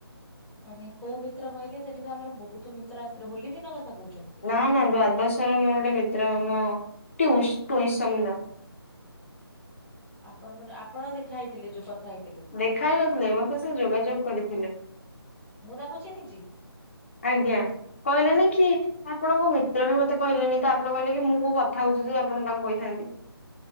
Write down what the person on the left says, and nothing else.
ନା ନା ଦ୍ୱାଦଶ ର ମୋର ଗୋଟେ ମିତ୍ର। ଆମ ଟିଉ-ଟୁଇସନ ର। <inaudible>
ଦେଖା ହେଇ ନଥିଲେ, ମତେ ସେ ଯୋଗାଯୋଗ କରିଥିଲେ।
ଆଜ୍ଞା। କହିଲେନି କି, ଆପଣଙ୍କ ମିତ୍ର ବି ମତେ କହିଲେଣିି ତ, ଆପଣ କହିଲେ କି -ମୁଁ କୋଉ କଥା ହଉଛି ଯେ ଆପଣ ତାଙ୍କୁ କହିଥାନ୍ତି।